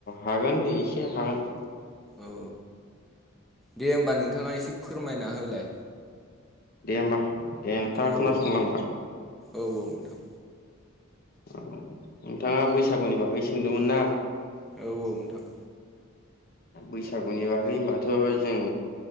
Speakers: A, on the left; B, in the centre.
A: हागोन दे एसे हागोन।
B: औ दे होमबा नोंथाङा एसे फोरमायना होलाय।
A: दे होमबा दे नोंथाङा
B: औ
A: खोनासंलां
B: औ
A: होनबा।
B: औ औ नोंथां।
A: ओ नोंथाङा बैसागुनि बागै सोंदोंमोन ना।
B: औ औ नोंथां।
A: बैसागुनि बागै होनबाथ' जों